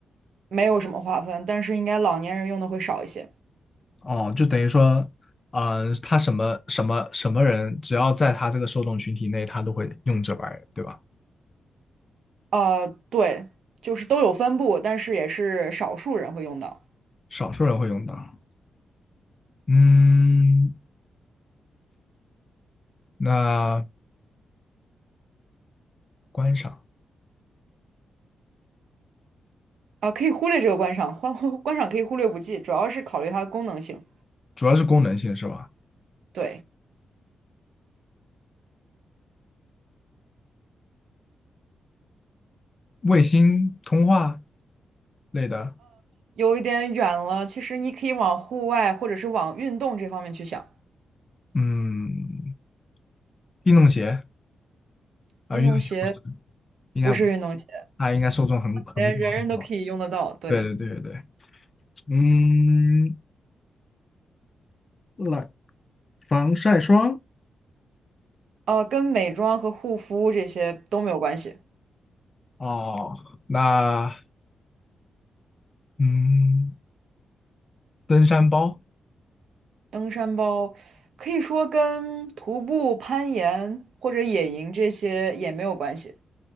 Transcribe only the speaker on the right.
没有什么划分，但是应该老年人用的会少一些。
呃，对，就是都有分布，但是也是少数人会用到。
啊、可以忽略这个观赏，观 <laughs> 观赏可以忽略不计，主要是考虑它的功能性。
对，
有一点远了，其实你可以往户外或者是往运动这方面去想。
运动鞋
不是运动鞋，
人人人都可以用得到。对，
呃，跟美妆和护肤这些都没有关系。
登山包可以说跟徒步、攀岩或者野营这些也没有关系。